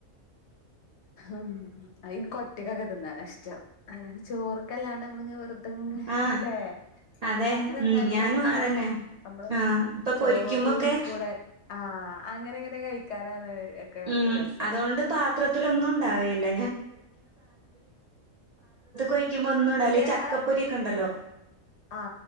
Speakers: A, on the left; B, on the right.
A: ഉ അയികൊറ്റക്കക്കെ തിന്നാന ഇഷ്ടം അയ്ന് ചോറ് ല്ലാണ്ട് നമ്മള്ഇങനെ വെറുതെല്ലേ
B: ആഹ് അതെ
A: അങ്ങനെ
B: ഉം
A: എന്താണല്ല
B: ഞാനും
A: രസം
B: അതന്നെ
A: നമ്മള്
B: ആഹ് ഇപ്പൊ
A: ചോറിൽ
B: പൊരിക്കുമ്പോക്കെ
A: കൂടെ ആ അങ്ങനെ എങ്ങനെ കഴിക്കാനാണ് ഒക്കെ
B: ഉം
A: രസം
B: അതുകൊണ്ട് പാത്ര ത്തിലൊന്നും ഉണ്ടാവല്ല ഒഴിക്കുമ്പോ ഒന്നും ഉണ്ടാവില്ല
A: പക്ഷെ
B: ഈ ചക്കപ്പൊരിയൊക്കെ
A: ആ
B: ഉണ്ടല്ലോ
A: ആ